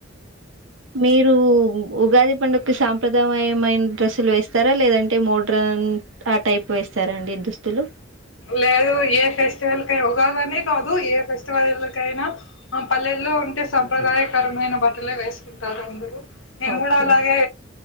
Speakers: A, on the right; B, on the left.
A: మీరు ఉగాది పండుగకు సాంప్రదాయమైన డ్రెస్సులు వేస్తారా లేదంటే మోడ్రన్ ఆ టైప్ వేస్త రా అండి దుస్తులు
B: లేదు ఏ ఫెస్టివల్ కై ఉగాదనే కాదు ఏ ఫెస్టివల్ కైనా మా పల్లెటూ లో ఉంటే సాంప్రదాయకరమైన బట్టలే వేసుకుంటారు అందరు నేను
A: ఓకే
B: కూడా అలాగే